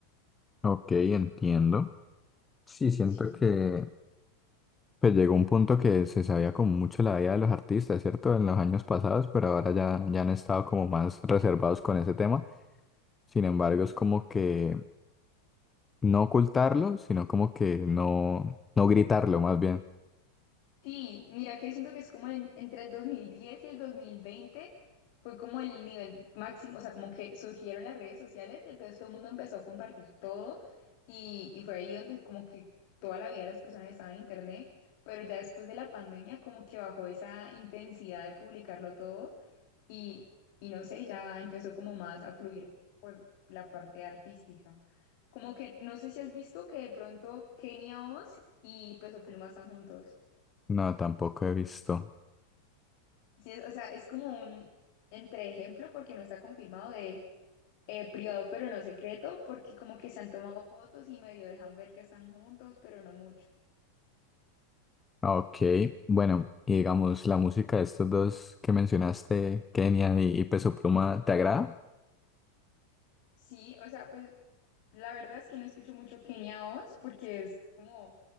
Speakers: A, on the left (about 20°); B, on the left (about 60°).
A: Ok, entiendo. Sí, siento
B: Sí.
A: que pues llegó un punto que se sabía como mucho la vida de los artistas, ¿cierto? En los años pasados, pero ahora ya, ya han estado como más reservados con ese tema. Sin embargo, es como que no ocultarlo, sino como que no, no gritarlo más bien.
B: Sí, mira que siento que es como en- entre el 2010 y el 2020 fue como el nivel máximo, o sea, como que surgieron las redes sociales y entonces todo el mundo empezó a compartir todo y, y fue ahí donde como que toda la vida las personas estaban en internet, pero ya después de la pandemia como que bajó esa intensidad de publicarlo todo y, y no sé, ya empezó como más a fluir por la parte artística. Como que no sé si has visto que de pronto Kenia Oz y Peso Pluma están juntos.
A: No, tampoco he visto.
B: Sí, es- o sea, es como un entreejemplo porque no está confirmado de eh, privado pero no secreto, porque como que se han tomado fotos y medio dejan ver que están juntos, pero no mucho.
A: Ok, bueno, y digamos, la música de estos dos que mencionaste, Kenia y, y Peso Pluma, ¿te agrada?
B: Sí, o sea, pues la verdad es que no escucho mucho Kenia Oz porque es como